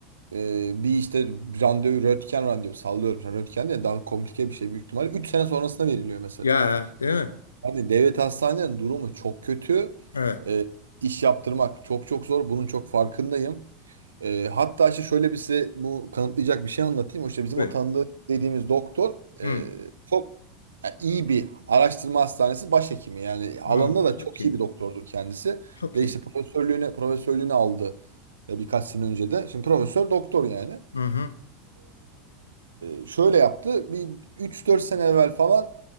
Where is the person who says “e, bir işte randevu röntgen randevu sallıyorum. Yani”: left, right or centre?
Right